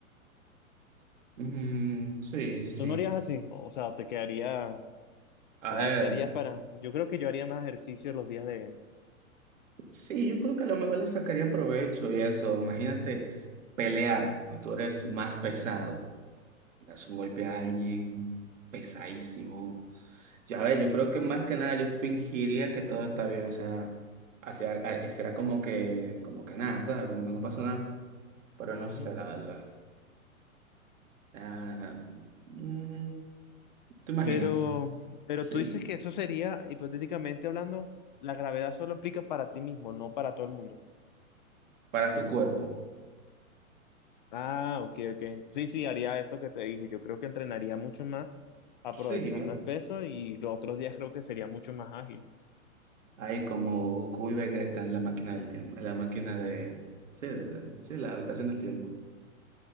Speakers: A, on the right (about 65°); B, on the left (about 35°).
A: Mm, sí, sí.
B: Tú no harías así, o sea, te quedaría,
A: A
B: te
A: ver.
B: adaptarías para. Yo creo que yo haría más ejercicio los días de.
A: Sí, yo creo que a lo mejor le sacaría provecho y eso. Imagínate pelear y tú eres más pesado. Le das un golpe a alguien pesadísimo. Ya ves, yo creo que más que nada yo fingiría que todo está bien. O sea, hacia, a- será como que, como que nada, ¿sabes? Como que no pasó nada. Pero no
B: Ujú.
A: sé, la verdad. Ah, mm, ¿te imaginas?
B: Pero, pero
A: Así,
B: tú dices que eso sería, hipotéticamente hablando, la gravedad solo aplica para ti mismo, no para todo el mundo.
A: para tu cuerpo.
B: Ah, ok, ok. Sí, sí, haría eso que te dije. Yo creo que entrenaría mucho más aprovechando
A: Sí.
B: el peso y los otros días creo que sería mucho más ágil.
A: Ahí como Goku y Vegeta en la máquina del tiempo, en la máquina de... Sí, de- de- sí, la habitación del tiempo,